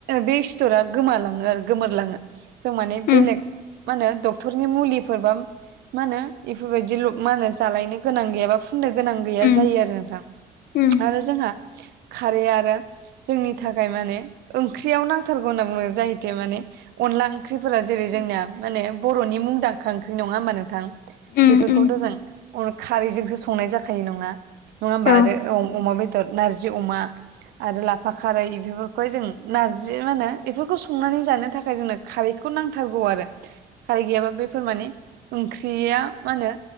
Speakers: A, on the right; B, on the left.
A: बे सिथरा गोमालाङो आरो गोमोरलाङो जों माने
B: उम
A: बेलेग मा होनोडक्टरनि मुलिफोरबा मा होनो इफोरबायदिल मा होनो जालायनो गोनां गैयाबा फुननो गोनां गैया
B: उम
A: जायो आरो नोंथां
B: उम
A: आरो जोंहा खारै आरो जोंनि थाखाय माने ओंख्रियाव नांथारगौ होनना बुङो जाहैते माने अनला ओंख्रिफोरा जेरै जोंनिया माने बर'नि मुंदांखा ओंख्रि नङा होमबा नोंथां
B: उम
A: बेफोरखौथ'
B: उम
A: जों खारैजोंसो संनाय जाखायो नङा नङा होमबा
B: औ
A: आरो औ अमा बेदर नारजि अमा आरो लाफा खारै बेफोरखौहाय जों नारजि मा होनो बेफोरखौ संनानै जानो थाखाय जोंनो खारैखौ नांथारगौ आरो। खारै गैयाबा बेफोर माने ओंख्रिया मा होनो